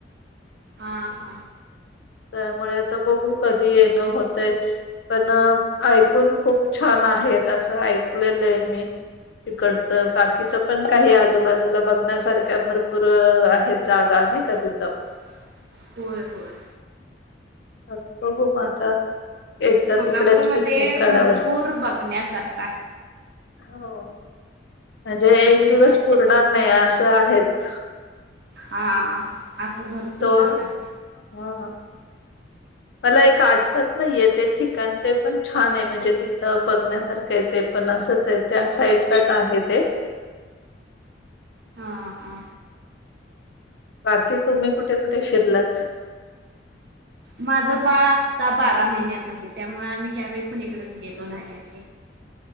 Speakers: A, on the right; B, on the left.
A: हां हां
B: त्यामुळे तर बघू कधी येणं होतं पण ऐकून खूप छान आहे असं ऐकलेलं आहे मी इकडचं बाकीच पण काही आजूबाजूला बघण्यासारख्या भरपूर आहेत जागा कधित
A: ह होय होय.
B: ह बघु म आता. एकदा
A: कोल्हापूरमध्ये
B: तिकडेच पिकनिक काढाव
A: भरपूर बघण्यासारखा आहे.
B: हो. म्हणजे एक
A: खूप
B: दिवस
A: आहे.
B: पुरणार नाही असं आहेत.
A: हा असं भरपूर
B: दोन
A: जागा आहे.
B: ह.
A: <inaudible>
B: मला एक आठवत नाहीय ते ठिकाण ते पण छान आहे. म्हणजे तिथं बघण्यासारखं आहे. ते पण असंच आहे, त्या साईटलाच आहे ते.
A: हा हा
B: बाकी तुम्ही कुठे कुठे फिरलात?
A: माझं बाळ आत्ता बारा महिन्याच आहे, त्यामुळे आम्ही ह्यावेळी कोणीकडेच गेलो नाही आहे.